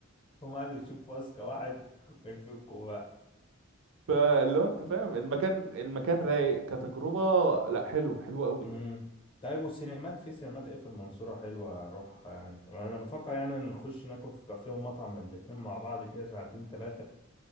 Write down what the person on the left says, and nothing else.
هم قالوا يشوفوا اذكى واحد وينفكوا بقى
امم طيب والسينمات في سينمات ايه في المنصورة حلوة اروحها يعني انا بفكر يعني نخش ناكل في كافيه ومطعم الاتنين مع بعض كده ساعتين ثلاثة